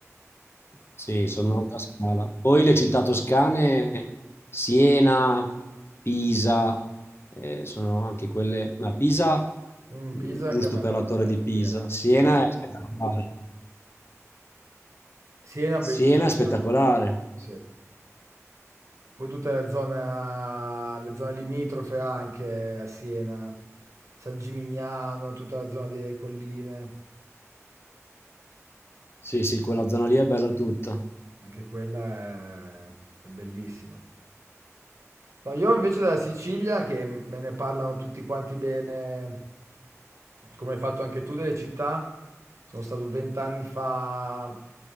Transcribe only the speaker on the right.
eh, mm,
Pisa anche
a me ha
fatto
impazzire.
Eh.
Siena
bellissima,
sì, sì. Poi tutta la zona, le zone limitrofe anche a Siena, San Gimignano, tutta la zona delle colline,
anche quella è, è bellissima. No, io invece della Sicilia, che me ne parlano tutti quanti bene, come hai fatto anche tu delle città, sono stato vent'anni fa